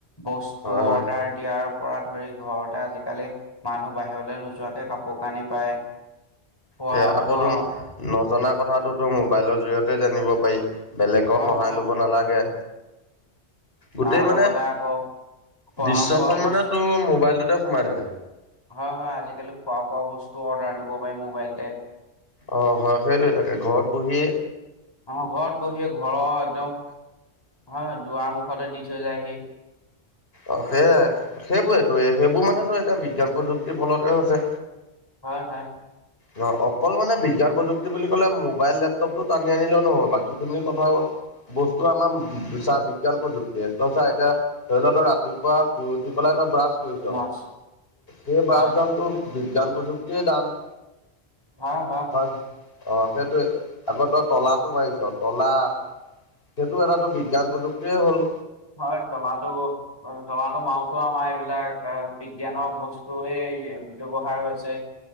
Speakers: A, on the left; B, on the left.
A: বস্তু
B: হয়
A: অৰ্ডাৰ
B: হয়
A: দিয়াৰ পৰা ধৰি ঘৰতে আজিকালি মানুহ বাহিৰলৈ নোযোৱাকে কাপোৰ কানি পায়। খোৱা
B: যে আকৌ
A: বোৱা
B: তো নজনা কথাটো তো মোবাইলৰ জৰিয়তে জানিব পাৰি। বেলেগক
A: হয়
B: সহায়
A: হয়
B: ল'ব নালাগে
A: তাৰ
B: গোটেই মানে
A: লগতে আকৌ খোৱা
B: দৃশ্যখন
A: বোৱা বস্তু
B: মানে তোৰ মোবাইলটোতে সোমাই থাকে
A: হয় হয় আজিকালি খোৱা বোৱা বস্তু অৰ্ডাৰ দিব পাৰি মোবাইলতে।
B: অহ হয় সেইটোয়ে তাকে ঘৰত বহিযে।
A: অহ ঘৰত বহি ঘৰৰ একদম হয় দুৱাৰ মুখতে দি থৈ যায়। হয়
B: অ সেইয়াই সেইবোৰেতটো সেইবোৰ মানেতো এতিয়া বিজ্ঞান প্ৰযুক্তিৰ ফলতে হৈছে
A: হয় হয়।
B: ন অকল মানে বিজ্ঞান প্ৰযুক্তি বুলি ক'লে মোবাইল এপ। টানি আনিলেও নহব বাকি খিনি কথা বস্তু আমাৰ বিজ্ঞান প্ৰযুক্তিয়ে ত এতিয়া ধৰি লও ত ৰাতি পুৱা শুই উঠি পেলাই তই ব্ৰাছ কৰিছ
A: মাছ
B: সেই
A: হয়
B: ব্ৰাছডাল টো বি। জ্ঞান প্ৰযুক্তিয়ে দান।
A: হা হা
B: হয় অ', সেইটোৱে আগতেই তলাটো মাৰিছ' তলা সেইটো এটাটো বিজ্ঞান প্ৰযুক্তিয়ে হ'ল।
A: হয়, তলাটো তলাটো মাৰোতো আমাৰ এইবিলাক বিজ্ঞানৰ বস্তুৱে এ হি ব্যৱহাৰ হৈছে।